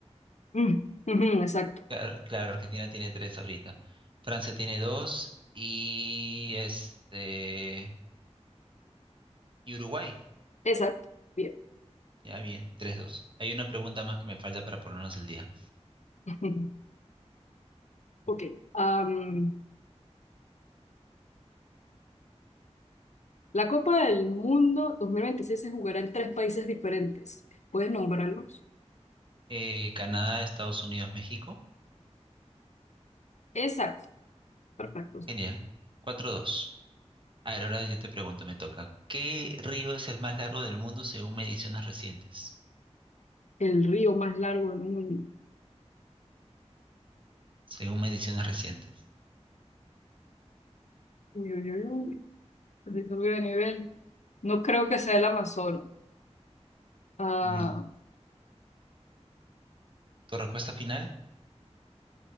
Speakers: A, on the left; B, on the right.
A: Mm, ujú, exacto.
B: Claro, claro, Argentina tiene tres ahorita. Francia tiene dos y este y Uruguay.
A: Exacto. Bien.
B: Ya bien, tres, dos. Hay una pregunta más que me falta para ponernos al día.
A: <laughs> Ok. Am, la Copa del Mundo 2026 se jugará en tres países diferentes. ¿Puedes nombrarlos?
B: Eh, Canadá, Estados Unidos, México.
A: Exacto. Perfecto.
B: Genial. Cuatro, dos. A ver, ahora yo te pregunto, me toca. ¿Qué río es el más largo del mundo según mediciones recientes?
A: el río más largo del mundo.
B: Según mediciones recientes.
A: Uy, uy, uy, uy. Se subió de nivel. No creo que sea el Amazonas. Ah,
B: Mm, ¿Tu respuesta final?